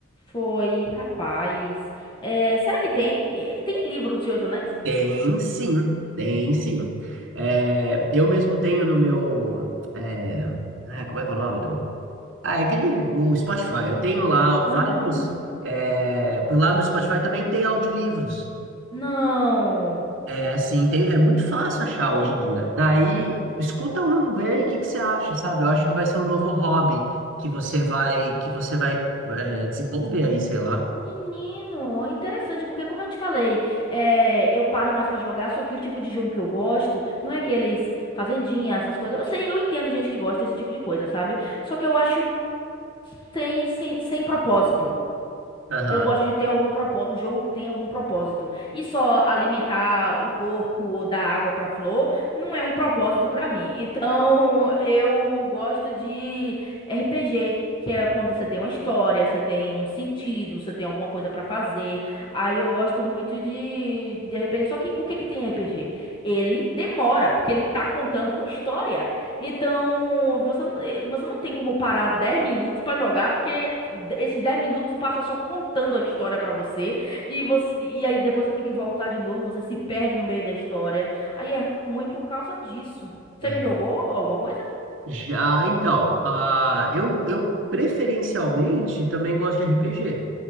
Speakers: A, on the left; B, on the right.
A: Foi, rapaz. É, será que tem? Eh, Tem livro do Senhor dos Anéis?
B: Tem sim, tem sim. É, eu mesmo tenho no meu. é, ah, como é que é o nome do. Ah, é aquele. O Spotify. Eu tenho lá vários.
A: Ah,
B: é, por lá no Spotify também tem audiolivros.
A: não.
B: É sim, tem,
A: Meu
B: é muito
A: Deus!
B: fácil achar hoje em dia. Daí, escuta um, vê aí o que que você acha, sabe? Eu acho que vai ser um novo hobby que você vai que você vai é, desenvolver aí, sei lá.
A: Menino, interessante, porque como eu te falei, é, eu paro mais pra jogar, só que o tipo de jogo que eu gosto não é aqueles fazendinha, essas coisas. Eu sei, eu entendo gente que gosta desse tipo de coisa, sabe? Só que eu acho sem, sem, sem propósito.
B: Aham.
A: Eu gosto de ter algum propósito, um jogo que tem algum propósito. E só alimentar o porco ou dar água para flor não é um propósito para mim. Então, <laughs> eu gosto de RPG, que é quando você tem uma história, você tem um sentido, você tem alguma coisa para fazer. Aí eu gosto muito de, de RPG. Só que o que que tem RPG? Ele demora, porque ele tá contando uma história. Então, você não, eh, você não tem como parar 10 minutos pra jogar, porque d- esses 10 minutos passa só contando a história pra você, e você e aí depois você tem que voltar de novo, você se perde no meio da história. Aí é ruim por causa disso. Você
B: é.
A: já jogou alguma coisa?
B: Já, então, ah eu, eu preferencialmente também gosto de RPG.